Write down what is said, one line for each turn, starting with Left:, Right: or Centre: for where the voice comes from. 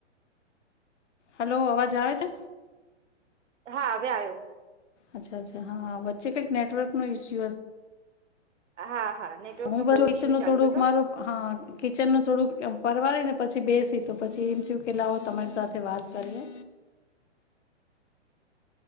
Left: hello! અવાજ આવે છે?
Right: હા, અવે આયો.
Left: અચ્છા- અચ્છા, હા, વચ્ચે કઈક નેટવર્કનો ઈસ્યુ હશે.
Right: હા, હા, નેટવર્ક
Left: હું
Right: નો
Left: બધું
Right: બહુ
Left: કિચનનુ
Right: ઈસ્યુ ચાલતો
Left: થોડું
Right: હતો
Left: મારું હા, કિચનનું થોડુંક પરવારીને પછી, બેસી તો પછી એમ થેયું કે લાવો તમારી સાથે વાત કરીએ?